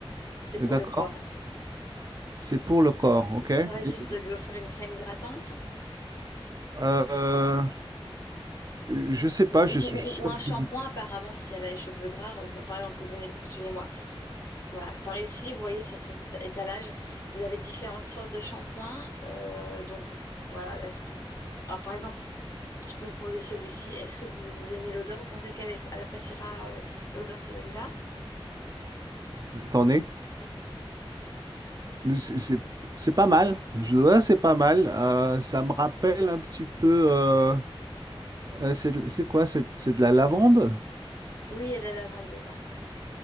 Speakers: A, on the left (about 35°); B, on the right (about 40°).
A: C'est
B: d'accord?
A: pour le corps. hein.
B: C'est pour le corps, ok?
A: Vous préférez
B: Et,
A: juste lui offrir une crème hydratante
B: euh, je sais pas,
A: ou, ou-
B: je, suis. je suis-
A: ou- ou
B: <laughs>
A: un shampoing, apparemment, si elle a les cheveux gras. Euh, Par exemple, venez, suivez-moi. Voilà. Par ici, vous voyez sur cet éta- étalage, vous avez différentes sortes de shampoings. Euh, donc, voilà. Est-ce que- Alors, par exemple, je peux vous proposer celui-ci. Est-ce que vous, vous aimez l'odeur? Vous pensez qu'elle elle appréciera euh, l'odeur de celui-là?
B: Attendez. Mais C'est c'est- c'est pas mal. Je, ouais, c'est pas mal. Euh, ça me rappelle un petit peu. euh, euh, c'est de- c'est quoi? C'est c'est de la lavande?
A: Oui, et la lavande dedans.